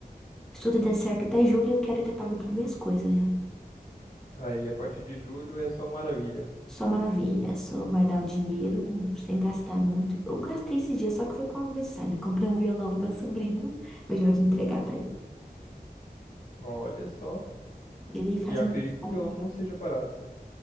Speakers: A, in the centre; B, on the left.
A: Se tudo der certo até julho, eu quero ter pago tudo minhas coisas já.
B: aí a partir de julho é só maravilha.
A: Só maravilha, só guardar o dinheiro
B: Coisa boa.
A: sem gastar muito. Eu gastei esse dia, só que foi com algo necessário, né? Comprei um violão pro meu sobrinho, eu já de entregar pra ele.
B: Olha só.
A: Ele faz
B: E eu acredito
A: aniversário.
B: que o violão não seja barato.